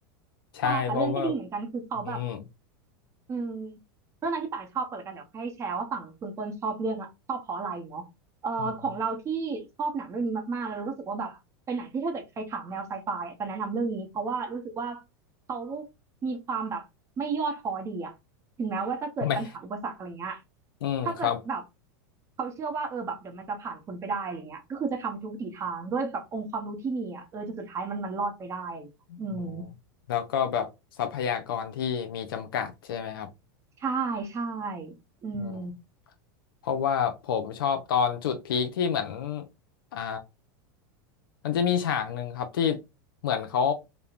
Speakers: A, on the left; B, on the right.
A: ใช่เพราะว่า
B: ใช่ค่ะเรื่องก็ดีเหมือนกันคือเขาแบบ
A: อืม
B: อืมเรื่องนั้นที่ป่าชอบก่อนละกันเดี๋ยวให้แชร์ว่าฝั่งคุณต้นชอบเรื่องอะชอบเพราะอะไรเนาะเอ่อของเราที่ชอบหนังเรื่องนี้มากๆแล้วรู้สึกว่าแบบเป็นหนังที่ถ้าเกิดใครถามแนวไซไฟอะจะแนะนำเรื่องนี้เพราะว่ารู้สึกว่า
A: อืม
B: เขามีความแบบไม่ย่อท้อดีอะถึงแม้ว่าจะเกิดปัญหาอุปสรรคอะไรเงี้ย
A: <laughs> ไม่ <laughs> อืมครับ
B: ถ้าเกิดแบบเขาเชื่อว่าเออแบบเดี๋ยวมันจะผ่านพ้นไปได้อะไรเงี้ยก็คือจะทำทุกวิถีทางด้วยแบบองค์ความรู้ที่มีอะเออจนสุดท้ายมันมันรอดไปได้อะไรเงี้ยอืม
A: อ๋อแล้วก็แบบทรัพยากรที่มีจำกัดใช่ไหมครับ
B: ใช่ใช่อืม
A: อืมเพราะว่าผมชอบตอนจุดพีคที่เหมือนอ่ามันจะมีฉากหนึ่งครับที่เหมือนเขา